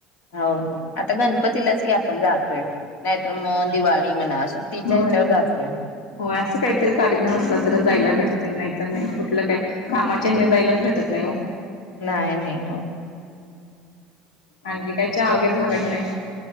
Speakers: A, on the left; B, on the left.
A: हो हो आता गणपतीलाच की आपण जातोय नाहीतर
B: होय
A: मग दिवाळी. म्हणा सुट्टीच्या
B: होय
A: ह्याच्यावर जातोय.
B: हो असं काहीतरी कार्यक्रम असला तर जायला भेट नाहीतर नाही कुठलं काय कामाच्या हने जायलाच भेटत नाही हो.
A: नाहीय नाही हो.
B: आणखी काय चहा वगैरे झाला की नाही?